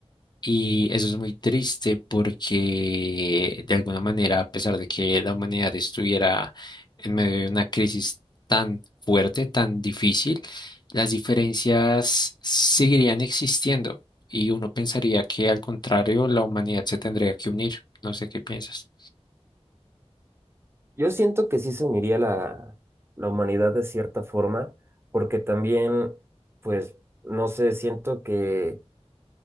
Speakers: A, on the left (about 40°); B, on the right (about 20°).
A: Y eso es muy triste porque de alguna manera, a pesar de que la humanidad estuviera en medio de una crisis tan fuerte, tan difícil, las diferencias seguirían existiendo. Y uno pensaría que al contrario, la humanidad se tendría que unir. No sé qué piensas.
B: Yo siento que sí se uniría la, la humanidad de cierta forma, porque también, pues, no sé, siento que